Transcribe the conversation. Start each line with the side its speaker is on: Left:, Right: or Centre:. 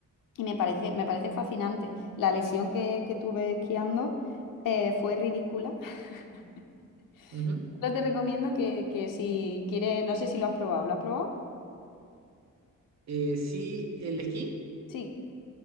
Left: y me parece, me parece fascinante. La lesión que, que tuve esquiando eh, fue ridícula. <laughs>
Right: ujú.
Left: Pero te recomiendo que, que si quieres, no sé si lo has probado, ¿lo has probado?
Right: Eh, sí, el esquí.
Left: Sí.